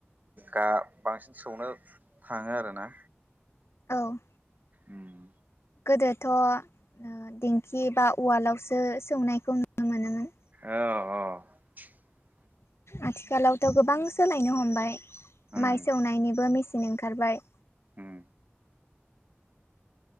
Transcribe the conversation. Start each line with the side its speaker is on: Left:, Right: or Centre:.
Right: गा बांसिन सौनो थाङो आरोना
Left: औ।
Right: उम
Left: गोदोथ' दिंखि बा उवालावसो सौनायखौ नुनो मोनोमोन।
Right: अ-अ
Left: आथिखालावथ' गोबां सोलायनो हमबाय
Right: ओम
Left: माइ सौनायनिबो मेसिन ओंखारबाय।
Right: ओम